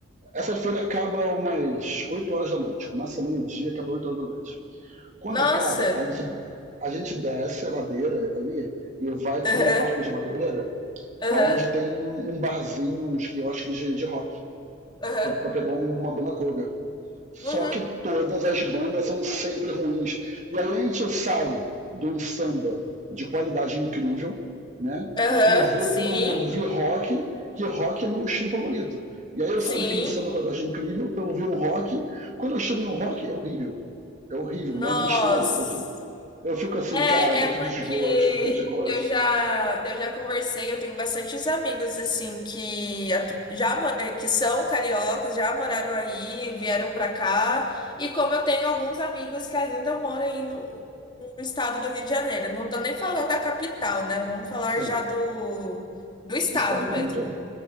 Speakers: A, on the right; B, on the left.
A: Essa feira acaba umas 8 horas da noite. Começa meio-dia, acaba 8 horas da noite. Quando
B: Nossa.
A: acaba, a gente, a gente desce a ladeira ali e vai
B: Aham,
A: pro Parque de Madureira
B: aham,
A: aonde tem um barzinho, uns quiosques de, de rock,
B: aham.
A: para pegar um, uma banda cover. Só
B: Uhum.
A: que todas as bandas são sempre ruins. E aí a gente sai de um samba de qualidade incrível, né?
B: Aham,
A: E vou
B: sim,
A: para ouvir rock, que rock é meu estilo favorito. E aí eu
B: sim.
A: saio daquele samba de qualidade incrível para ouvir um rock. Quando eu chego no rock, é horrível. É horrível,
B: Nossa.
A: me dá uma tristeza. Eu, eu fico assim,
B: É,
A: cara,
B: é
A: que
B: porque
A: desgosto, que desgosto.
B: eu já, eu já conversei, eu tenho bastantes amigos assim que atu- já mo- eh, que são cariocas, já moraram aí, vieram pra cá, e como eu tenho alguns amigos que ainda moram aí no, no estado do Rio de Janeiro. Não tô nem falando da capital, né? Vamos falar
A: Assim,
B: já do, do estado
A: do estado
B: mesmo.
A: como um todo.